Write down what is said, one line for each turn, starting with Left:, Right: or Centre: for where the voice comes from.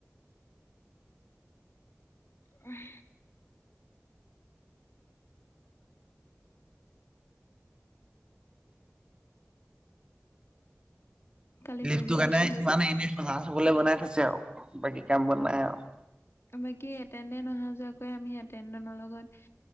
Left: উম। কালি
Right: লিফ্টো
Left: বেজি
Right: কৰণেইমান
Left: দিছিলো
Right: এনেই সজাই থ'বলে বনাই থৈছে আৰু বাকী কাম বন নাই আৰু।
Left: বাকি এটেন্দেন্ত অহা যোৱা কৰে আমি এতেন্দেন্তৰ লগত